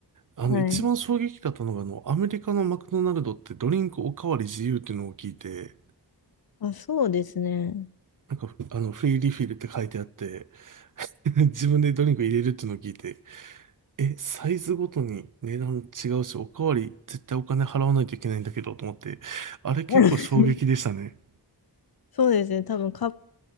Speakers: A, on the right; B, on the left.
A: あの、
B: はい。
A: 一番衝撃だったのが、あの、アメリカのマクドナルドってドリンクおかわり自由っていうのを聞いて、
B: あ、そうですね。
A: なんか、あの、フリーリフィルって書いてあって、<laughs> 自分でドリンク入れるっていうのを聞いて、え、サイズごとに値段違うし、おかわり絶対お金払わないといけないんだけど、と思って、あれ結構衝撃でしたね。
B: <laughs> そうですね。多分カッ